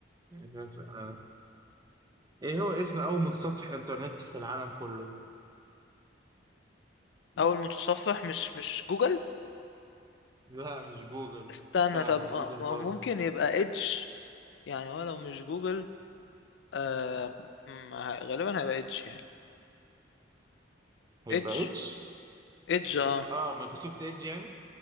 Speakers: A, on the right (about 20°); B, on the left (about 65°).
A: ماشي، هسأل أنا. إيه هو اسم أول متصفح إنترنت في العالم كله؟
B: اول متصفح مش مش جوجل
A: لا مش جوجل
B: استنى
A: لا
B: طب
A: مش
B: ما
A: جوجل
B: ما
A: خالص
B: هو ممكن يبقى ايدج يعني ولو مش جوجل آه ما ه- غالبا هيبقى ايدج يعني
A: هيبقى
B: ايدج
A: إتش
B: ايدج اه
A: آه مايكروسوفت إيدج يعني